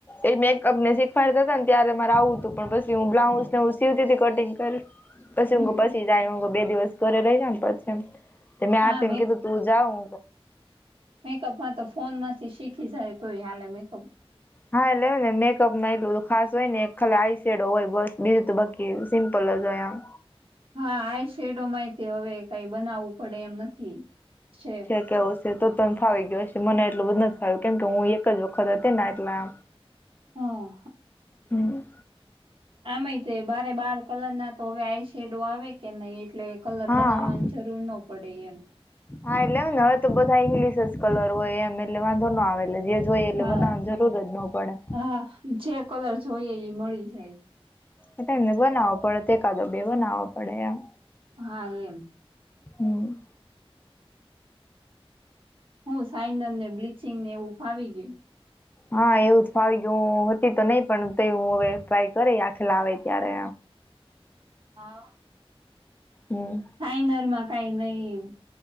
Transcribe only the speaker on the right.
હમ
હા
મેકઅપ માં તો ફોન માંથી શીખી જાય તોય હાલે મે.
હા, આ શેડો માહિતી હવે કઈ બનાવવું પડે એમ નથી. શેપ
હા.
આમય છે, બારે બાર કલર ના. તો હવે આઈ શેડો આવે કે નહીં, એટલે કલર
બનાવવાની જરૂર ન પડે એમ.
હા
હા, જે કલર જોઈએ એ મળી જાય.
હા, એમ.
હું સાઈન્ડર, ને બ્લીચિંગ ને એવું ફાવી ગયું.
હા.
સાઇનરમાં કઈ નહીં,